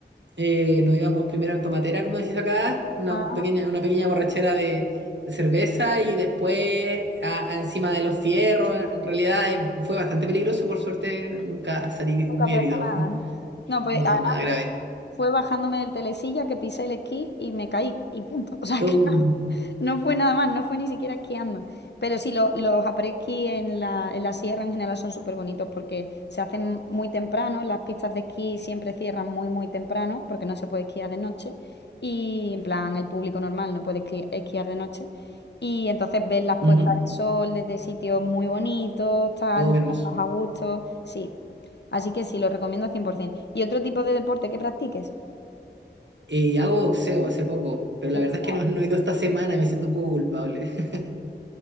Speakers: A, on the right; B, on the left.
A: eh, nos íbamos primero en tomatera, como decís acá, una
B: ajá,
A: pequeña, una pequeña borrachera de, de cerveza y después a- a encima de los fierros. En realidad eh, fue bastante peligroso, por suerte nunca salí
B: nunca
A: muy
B: pasó
A: herido.
B: nada,
A: <laughs>
B: ¿no? No, pues
A: No,
B: además
A: nada grave.
B: fue, fue bajándome del telesilla que pisé el esquí y me caí y punto. <laughs> O sea
A: Um,
B: que no. No fue nada más, no fue ni siquiera esquiando. Pero sí, lo- los après-ski en la, en la sierra en general son súper bonitos porque se hacen muy temprano, las pistas de esquí siempre cierran muy, muy temprano porque no se puede esquiar de noche y en plan el público normal no puede esqui- esquiar de noche. Y entonces ves las
A: ujú.
B: puestas de sol desde sitios muy bonitos, tal,
A: Oh,
B: mientras
A: qué hermoso.
B: estás a gusto, sí. Así que sí, lo recomiendo 100%. ¿Y otro tipo de deporte que practiques?
A: Eh, hago boxeo hace poco, pero
B: Boxeo.
A: la verdad es que no, no he ido esta semana, me siento un poco culpable. <laughs>